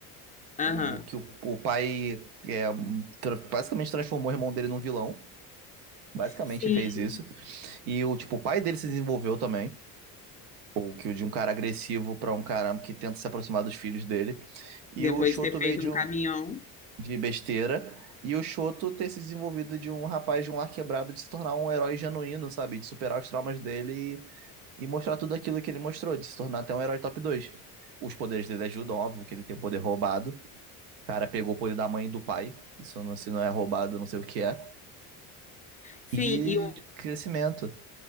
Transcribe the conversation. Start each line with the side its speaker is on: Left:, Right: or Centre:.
Left: Aham.
Right: o que o, o pai é, tra- basicamente transformou o irmão dele num vilão. Basicamente
Left: Sim,
Right: fez isso. E o, tipo, o pai dele se desenvolveu também. ou que o de um cara agressivo para um cara que tenta se aproximar dos filhos dele. E
Left: depois
Right: o Shoto
Left: de ter feito
Right: veio de,
Left: um
Right: um-
Left: caminhão.
Right: de besteira. E o Shoto ter se desenvolvido de um rapaz de um lar quebrado, de se tornar um herói genuíno, sabe? De superar os traumas dele e, e mostrar tudo aquilo que ele mostrou, de se tornar até um herói top 2. Os poderes dele ajudam, óbvio que ele tem um poder roubado. O cara pegou o poder da mãe e do pai. Isso não, se não é roubado, não sei o que é.
Left: Sim,
Right: E
Left: e
Right: crescimento.